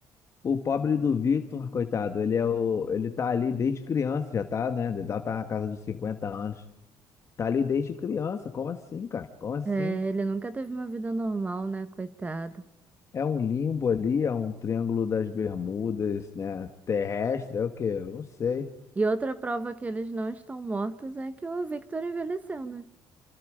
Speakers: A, on the left (about 35°); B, on the right (about 20°).
A: O pobre do Victor, coitado, ele é o, ele tá ali desde criança, já tá, né? Já tá na casa dos 50 anos. Tá ali desde criança. Como assim, cara? Como assim?
B: É, ele nunca teve uma vida normal, né? Coitado.
A: É um limbo ali, é um triângulo das Bermudas, né? Terrestre, é o quê? Eu não sei.
B: E outra prova que eles não estão mortos é que o Victor envelheceu, né?